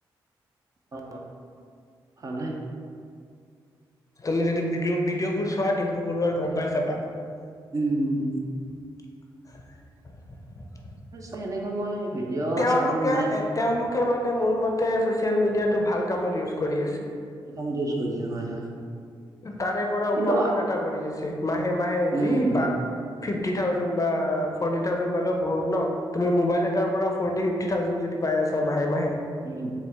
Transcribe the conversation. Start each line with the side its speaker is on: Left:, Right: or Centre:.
Right: অ ভালে
Left: তুমি যদি ভিডিঅ'বোৰ চোৱা ডিম্পু বৰুৱাৰ গম পাই যাবা।
Right: উম
Left: <unintelligible>
Right: নি্চ সেনেকৈ মই ভিডিঅ'
Left: তেওঁলোকে
Right: চাব নাই
Left: তেওঁলোকে মানে মোৰ মতে ছচিয়েল মিডিয়াটো ভাল কামত ইউজ কৰি আছে।
Right: এই কামতে ইউজ কৰিছে হয় হয়
Left: তাৰে পৰা
Right: কিন্তু
Left: উপাৰ্জন এটা কৰি আছে মাহে মাহে
Right: উম।
Left: যি পাক ফিভতী থাউজেণ্ড বা ফৌৰটি থাউজেণ্ড পালে বহুত ন তুমি মোবাইল এটাৰ পৰা ফৌৰটী ফিভটি থাউজেণ্ড যদি পাই আছা মাহে মাহে
Right: উম